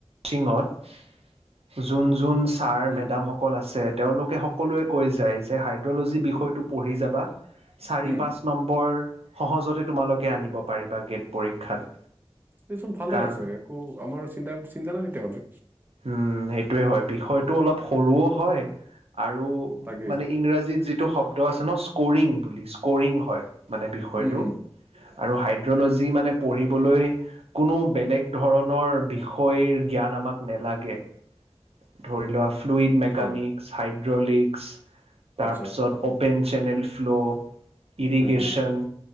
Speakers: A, on the right (about 80°); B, on the right (about 20°).
A: চিঙত যোন যোন ছাৰ
B: উম
A: মেডামসকল আছে তেওঁলোকে সকলোৱে কৈ যায় যে হাইড্ৰ'ল'জি বিষয়টো পঢ়ি যাবা চাৰি
B: উম
A: পাঁচ নম্বৰ সহজতে তোমালোকে আনিব পাৰিবা গেট পৰীক্ষাত
B: এই চব ভালে
A: কাৰ
B: আছে একো আমাৰ চন্তা চিন্তা নাই তেতিয়াহলে
A: উম সেইটোয়ে হয় বিষয়টো অলপ সৰুও হয় আৰু
B: তাকে
A: মানে ইংৰাজীত যিটো শব্দ আছে ন স্কৰিং বুলি স্কৰিং হয় মানে বিষয়টো
B: উম হুম
A: আৰু হাইড্ৰ'লজি মানে পঢ়িবলৈ কোনো বেলেগ ধৰণৰ বিষয়ৰ জ্ঞান আমাক নালাগে ধৰি লোৱা ফ্লুইড মেকানিক্ছ
B: হা
A: হাইড্ৰলিক্স তাৰপিছত
B: আচ্ছা
A: অ'পেন চেনেল ফ্ল' ইৰিগেশ্যন
B: হুম হুম